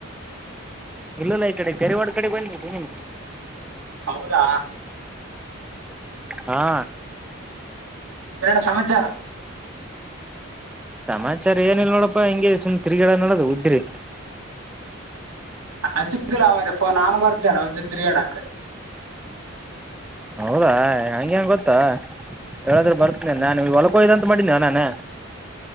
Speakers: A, in the centre; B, on the right.
A: ಇಲ್ಲಲ್ಲ ಈ ಕಡೆ ಕೆೇರೆವಾಡ ಕಡೆ ಬನ್ನಿ ಸುಮ್ನೆ.
B: ಹೌದಾ
A: ಹಾ
B: ಏನಣ್ಣ ಸಮಾಚಾರ?
A: ಸಮಾಚಾರ ಏನಿಲ್ಲ ನೋಡಪ್ಪಾ ಹಂಗೆ ಸುಮ್ ತಿರಿಗಿಡದ ನಡದು ಉದ್ದ್ರಿ
B: ಆ ಅಚ್ಚಿಕಿಲ್ಲ ಅವಾಗೆ ಫೋನ್ ನಾನ್ ಬರ್ದನ ಒಂದ್ ಚೂರು ತಿರುಗಾಡಾಕ
A: ಹೌದಾ ನಂಗೆ ಹೆಂಗೆ ಗೊತ್ತಾ ಹೇಳಾದ್ರೆ ಬರ್ತನನೆ ನಾನ್ ಹೊಲ್ಕೊಯ್ದ ಅಂತ ಮಾಡಿನಿ ನಾನು.